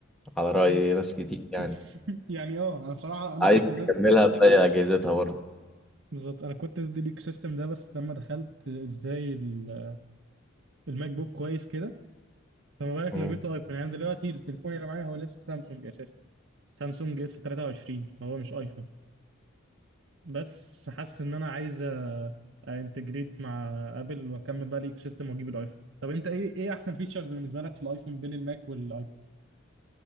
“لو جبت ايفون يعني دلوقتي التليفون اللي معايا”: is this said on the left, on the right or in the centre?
Right